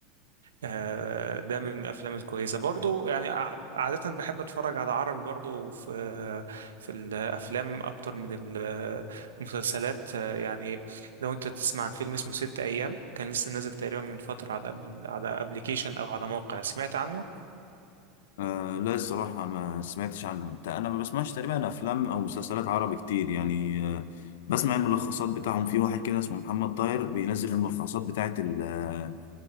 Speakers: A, on the right; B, on the left.
A: آه، ده من الافلام الكويسه برضو يعني ع- عاده بحب اتفرج على عربي برضو في في الافلام اكتر من المسلسلات آه، يعني لو انت تسمع عن فيلم اسمه ست ايام كان لسه نازل تقريبا من فتره على أبل على ابلكيشن او على موقع سمعت عنه
B: آه لا الصراحه ما سمعتش عنهم تا- انا ما بسمعش تقريبا افلام او مسلسلات عربي كتير يعني آه بسمع الملخصات بتاعهم في واحد كده اسمه محمد طاهر بينزل الملخصات بتاعت ال- آه،